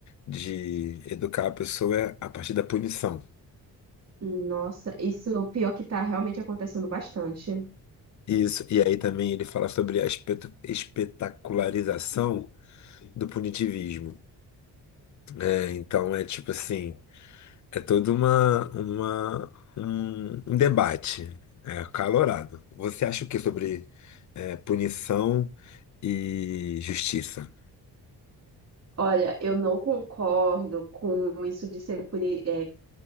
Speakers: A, on the left; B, on the right.
A: de educar a pessoa é a partir da punição.
B: Nossa, isso é o pior que tá realmente acontecendo bastante.
A: Isso. E aí também ele fala sobre a espetu- espetacularização do punitivismo. É, então é tipo assim. É todo uma, uma, um, um debate é, acalorado. Você acha o que sobre é, punição e justiça?
B: Olha, eu não concordo com isso de ser puni... é,